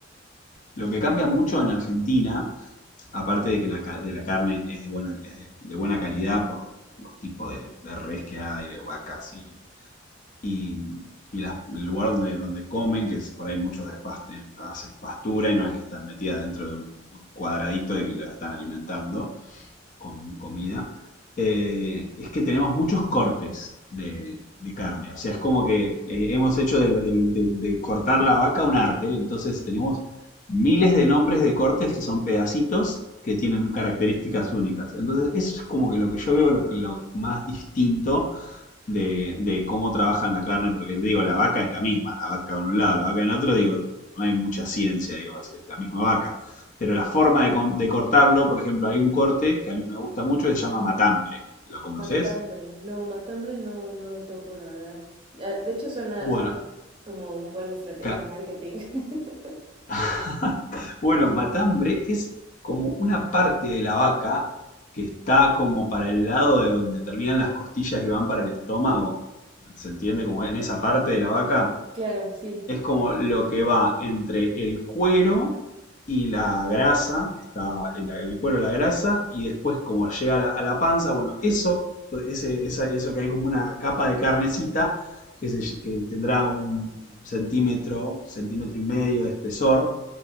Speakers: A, on the left; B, on the right.
A: Lo que cambia mucho en Argentina, aparte de que la, ca- de la carne es de buena, es de, de buena calidad por, por los tipos de, de res que hay, de vacas y y, y las- el lugar donde, donde comen, que es, por ahí muchos despasten, hacen pastura y no es que están metidas dentro de un, de un cuadradito de que la están alimentando con comida, eh, es que tenemos muchos cortes de, de carne. O sea, es como que eh, hemos hecho de, la- del- del- de cortar la vaca un arte, entonces tenemos miles de nombres de cortes que son pedacitos que tienen características únicas. Entonces, eso es como que lo que yo veo lo, lo más distinto de, de cómo trabajan la carne, porque digo, la vaca es la misma, la vaca en un lado, la vaca en otro, digo, no hay mucha ciencia, digo, es la misma vaca. Pero la forma de, de cortarlo, por ejemplo, hay un corte que a mí me gusta mucho, se llama matambre. ¿Lo conoces?
B: Matambre. No, Matambre no, no lo topo, la verdad. Ah, De hecho, suena,
A: Bueno,
B: suena como una buena estrategia
A: ca-
B: de marketing. <laughs>
A: <laughs> bueno, matambre es como una parte de la vaca que está como para el lado de donde terminan las costillas y van para el estómago. ¿Se entiende? Como en esa parte de la vaca.
B: Claro, sí.
A: es como lo que va entre el cuero y la grasa, que está el, el cuero, la grasa, y después como llega a la, a la panza, bueno, eso, ese, esa- eso que hay como una capa de carnecita que, se- que tendrá un centímetro, centímetro y medio de espesor,